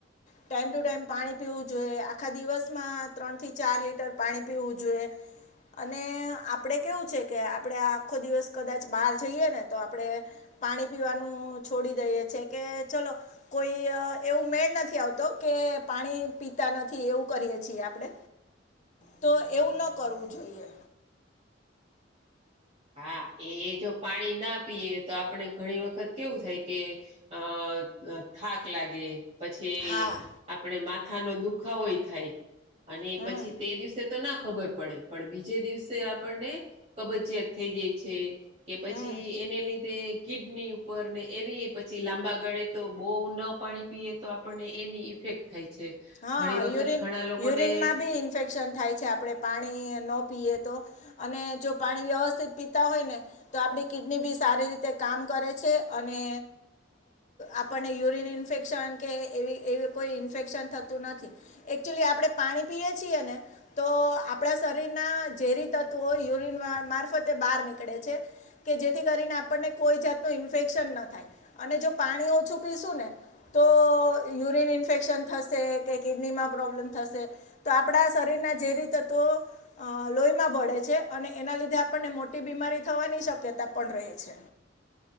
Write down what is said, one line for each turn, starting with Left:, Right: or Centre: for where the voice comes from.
Left: ટાઈમ ટુ ટાઈમ પાણી પીવું જોઈએ આખા દિવસમાં ત્રણ થી ચાર લીટર પાણી પીવું જોઈએ. અને આપડે કેવું છે કે આપડે આખો દિવસ કદાચ બહાર જઈએ ને તો આપડે પાણી પીવાનું છોડી દઈએ છે કે ચલો કોઈ એવું મેળ નથી આવતો કે પાણી પીતા નથી એવું કરીયએ છીએ આપડે
Right: <inaudible>
Left: તો એવું ન કરવું જોઈએ.
Right: હા એ જો પાણી ના પીએ તો આપણે ઘણી વખત કેવું થાય કે અ થાક લાગે પછી
Left: હા
Right: આપણે માથાનોો દુખાવોય થાય અને
Left: હમ
Right: પછી તે દિવસે તો ના ખબર પડે પણ બીજે દિવસે આપણને કબજયાત થઈ જાય છે કે પછી
Left: હમ
Right: એને લીધે કિડની ઉપર ને એવી પછી લાંબા ગાળે તો બહુ ન પાણી પીએ તો આપણને એની ઇફેક્ટ થાય છે.
Left: હા
Right: ઘણી વખત
Left: યુરિન
Right: ઘણા લોકોને
Left: યુરિનમાં બી ઇન્ફેક્શન થાય છે આપણે પાણી ન પીએ તો અને જો પાણી વ્યવસ્થિત પીતા હોય ને તો આપડી કિડની બી સારી રીતે કામ કરે છે અને આપણને યુરિન ઇન્ફેક્શન કે એવી એવી કોઈ ઇન્ફેક્શન થતું નથી એકચુલી આપણે પાણી પીએ છીએ ને તો આપણા શરીરના ઝેરી તત્વો યુરિન મારફતે બહાર નીકળે છે. કે જેથી કરીને આપણને કોઈ જાતનું ઇન્ફેક્શન ન થાય અને જો પાણી ઓછું પીશું ને તો યુરીન ઇન્ફેક્શન થશે. કે કિડનીમાં પ્રોબ્લેમ થશે તો આપણા શરીરના જેરી તત્વો અ લોહીમાં ભળે છે અને એના લીધે આપણને મોટી બીમારી થવાની શક્યતા પણ રહે છે.